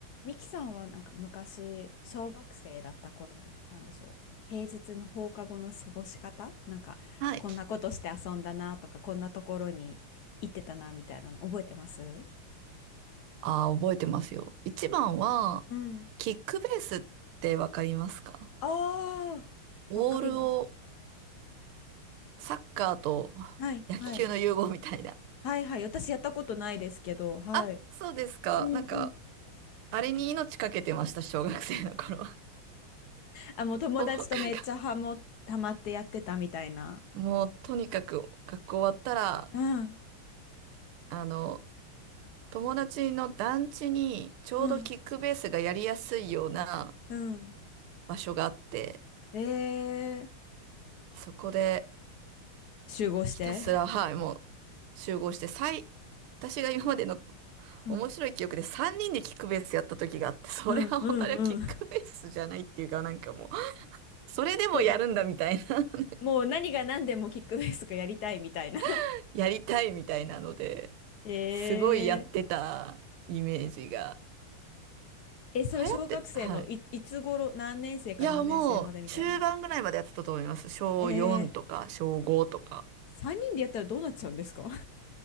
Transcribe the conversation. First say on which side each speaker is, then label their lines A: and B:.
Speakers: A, on the left (about 70°); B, on the right (about 85°).
A: ミキさんはなんか昔、小学生だった頃の、なんでしょう。平日の放課後の過ごし方なんか、
B: はい。
A: こんなことして遊んだなとか、こんなところに行ってたなみたいなの覚えてます
B: ああ、覚えてますよ。一番は、
A: うん。
B: キックベースってわかりますか
A: ああ、
B: ボールを
A: わかります。
B: サッカーと
A: はい、
B: 野球の融合みたいな。
A: はい。はい、はい。私やったことないですけど、はい。
B: あ、そうですか。
A: うんうん。
B: なんか、あれに命かけてました、小学生の頃は。
A: あ、もう友達とめっちゃハモ、
B: 放課が。
A: ハマってやってたみたいな。
B: もう、とにかく、学校終わったら、
A: うん、
B: あの、友達の団地に、ちょうどキックベースがやりやすいような
A: うん、うん。
B: 場所があって、
A: えー、
B: そこで、
A: 集合して。
B: ひたすら、はい、もう集合して、最、私が今までの
A: うん、
B: 面白い記憶で3人でキックベースやった時があって、それは本当にあれはキックベースじゃないっていうか、
A: うん、うん、うん。
B: なんかもう、それでもやるんだみたいな、
A: ど、もう何が何でもキックベースがやりたいみたいな
B: <laughs> やりたいみたいなので、
A: <laughs> へえ。
B: すごいやってたイメージが。
A: え、それ小学生のい、
B: 流行って、はい。
A: いつ頃、何年生か何年生までみたいな。
B: いや、もう中盤ぐらいまでやってたと思います。小4とか小5とか。
A: ええ。3人でやったらどうなっちゃうんですか